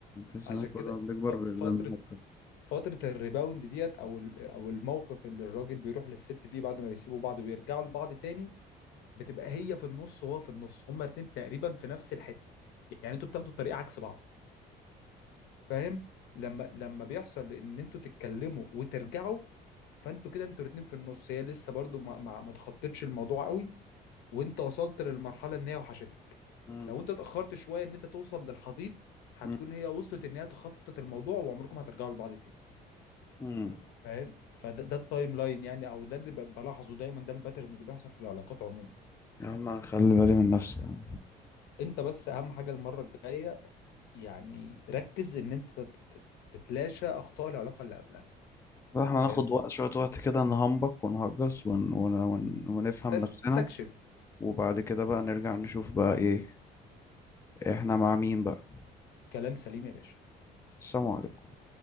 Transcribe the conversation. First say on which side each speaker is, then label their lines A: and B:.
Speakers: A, on the left; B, on the left.
A: تحس
B: عشان
A: انك
B: كده
A: كل ما بنكبر
B: ف-
A: بنبقى
B: فترة فترة الريباوند ديت او ال- او الموقف اللي الراجل بيروح للست فيه بعد ما بيسيبوا بعض ويرجعوا لبعض تاني بتبقى هي في النص وهو في النص هما الاتنين تقريبا في نفس الحتة يعني انتوا بتاخدوا الطريق عكس بعض فاهم لما لما بيحصل ان انتوا تتكلموا وترجعوا فانتوا كده انتوا الاتنين في النص هي لسه برضو ما ما, ما تخطتش الموضوع قوي وانت وصلت للمرحلة ان هي وحشتك
A: نهتل
B: لو انت اتأخرت شوية ان انت توصل للحضيض هتكون
A: مم.
B: هي وصلت ان هي تخطط الموضوع وعمركم هترجعوا لبعض تاني
A: مم.
B: فاهم فده ده التايم لاين يعني او ده اللي ب- بلاحظه دايما ده الباترن اللي بيحصل في العلاقات عموما
A: يا عم أنا خلي بالي من نفسي يعني.
B: انت بس اهم حاجه المره الجايه يعني ركز ان انت تت- تت- تتلاشى اخطاء العلاقه اللي قبلها
A: لا، احنا
B: فاهم
A: هناخد وقت شوية وقت كده نهمبك ونهجس ون... ون... ون... ونفهم
B: تستكشف
A: نفسنا وبعد كده بقى نرجع نشوف بقى ايه احنا مع مين بقى
B: كلام سليم يا باشا
A: السلام عليكم